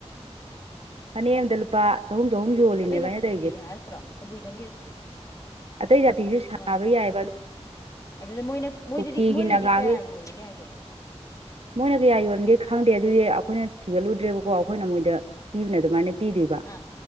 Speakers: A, on the right; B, on the left.
A: ꯐꯅ ꯑꯗ ꯂꯨꯄꯥ ꯆꯍꯨꯝ ꯆꯍꯨꯝ ꯌꯣꯜꯂꯤꯅꯦꯕ
B: ꯑꯇꯩ ꯖꯥꯇꯤꯒꯤꯗꯤ
A: ꯑꯩꯅ ꯇꯧꯔꯤꯁꯦ
B: ꯍꯥꯏꯔꯛꯇ꯭ꯔꯣ ꯀꯕꯨꯏꯗꯪꯒꯤ
A: ꯑꯇꯩ ꯖꯥꯇꯤꯁꯨ ꯁꯥꯕ
B: ꯑꯥ
A: ꯌꯥꯏ
B: ꯑꯗꯨꯗ ꯃꯣꯏꯅ ꯃꯣꯏꯗꯗꯤ
A: ꯀꯨꯀꯤꯒꯤ
B: ꯃꯣꯏꯅꯗꯤ
A: ꯅꯥꯒꯥꯒꯤ
B: ꯀꯌꯥ ꯌꯣꯜꯂꯤꯒꯦ ꯍꯥꯏꯒꯦ
A: ꯃꯣꯏꯅ ꯀꯌꯥ ꯌꯣꯟꯒꯦ ꯈꯪꯗꯦ ꯑꯗꯨꯗꯤ ꯑꯩꯈꯣꯏꯅ ꯊꯤꯒꯠꯂꯨꯗ꯭ꯔꯦꯕꯀꯣ ꯑꯩꯈꯣꯏꯅ ꯃꯣꯏꯗ ꯄꯤꯕꯅ ꯑꯗꯨꯃꯥꯏꯅ ꯄꯤꯗꯕ
B: ꯑꯥ